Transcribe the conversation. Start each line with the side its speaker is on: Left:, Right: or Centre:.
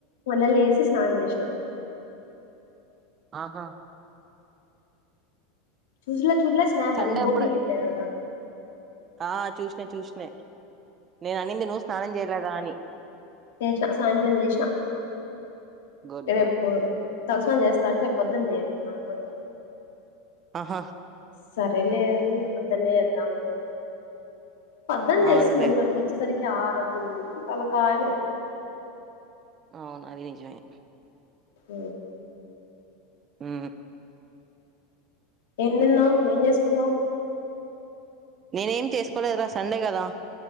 Left: మళ్ళ లేసి స్నానం చేసిన
Right: ఆహా
Left: చూసలా చూజలా నా ప
Right: సండే
Left: బోక్లు
Right: అప్పుడే
Left: పెట్టా బదా
Right: ఆ చూసినా చూసిన నేను అనింది నువ్వు స్నానం చేయలేదా అని
Left: చేేష సాయంత్రం జేష
Right: గుడ్
Left: ఇది
Right: గుడ్
Left: ఎప్పు తలసని చేస్తా అంటే పొద్దుని చేయాల మమ్మల్గా
Right: ఆహా
Left: సరేలేదని పొద్దునే వద్దాం లేదు పద్ం చేస్తా
Right: అవునులే
Left: మళ్ళ అడిగ వచ్చేసరికి ఆరదు తలకాయ నొప్పు
Right: అవును అది ని చెవే
Left: అ
Right: ఆ
Left: ఏం నిన్నావు ఏం చేసుకున్నావు
Right: నేనేం చేసుకోలేదురా సండే కదా